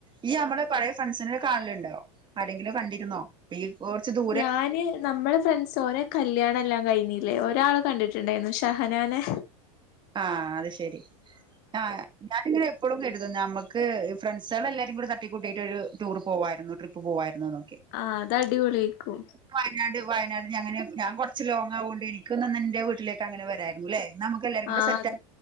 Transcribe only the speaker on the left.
ഞാന് നമ്മളഫ്രണ്ട്സ് ഓരെ കല്ല്യാണല്ലാം കഴിഞ്ഞീല്ലേ ഒരാളെ കണ്ടിട്ടുണ്ടായിരുന്നു ഷഹനാനെ
ആഹ് അത് അടിപൊളിയിക്കും
ആഹ്